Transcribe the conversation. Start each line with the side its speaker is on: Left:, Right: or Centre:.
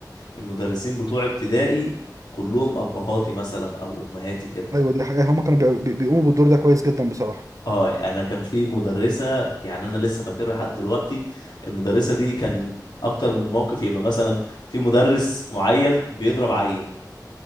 Left: المدرسين بتوع ابتدائي كلهم ابهاتي مثلا او امهاتي كده
Right: ايوه دي حقيقة هما كانوا بي- بي- بيقوموا بالدور ده كويس جدا بصراحة
Left: اه انا كان في مدرسه يعني انا لسه فاكرها لحد دلوقتي المدرسه دي كان اكتر من موقف يبقى مثلا في مدرس معين بيضرب عيل